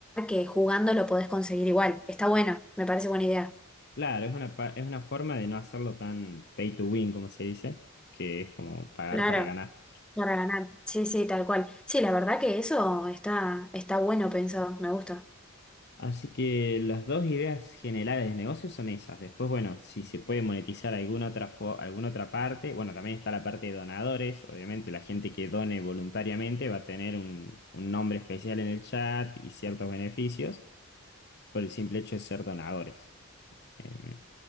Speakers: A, in the centre; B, on the left.
A: que jugando lo podés conseguir igual. Está bueno, me parece buena idea.
B: Claro, es una, pa- es una forma de no hacerlo tan pay to win, como se dice, que es como pagar
A: Claro.
B: para ganar.
A: Para ganar. Sí, sí, tal cual. Sí, la verdad que eso está, está bueno pensado, me gusta.
B: Así que las dos ideas generales de negocio son esas. Después, bueno, si se puede monetizar alguna otra, fo- alguna otra parte, bueno, también está la parte de donadores. Obviamente, la gente que done voluntariamente va a tener un, un nombre especial en el chat y ciertos beneficios por el simple hecho de ser donadores. Em,